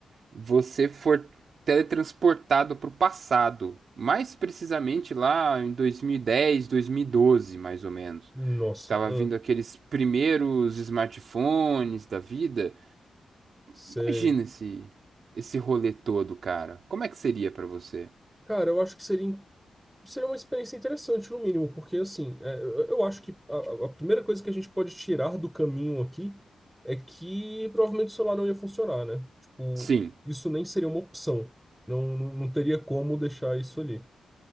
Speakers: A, on the right (about 55°); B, in the centre.
A: você for teletransportado para o passado, mais precisamente lá em 2010, 2012, mais ou menos.
B: nossa,
A: Tava
B: ah,
A: vindo aqueles primeiros smartphones da vida.
B: sei.
A: Imagina esse, esse rolê todo, cara. Como é que seria para você?
B: Cara, eu acho que seria, seria uma experiência interessante, no mínimo, porque assim, é, eu eu acho que a, a primeira coisa que a gente pode tirar do caminho aqui é que provavelmente o celular não ia funcionar, né? Tipo,
A: Sim.
B: isso nem seria uma opção. Não, não não teria como deixar isso ali.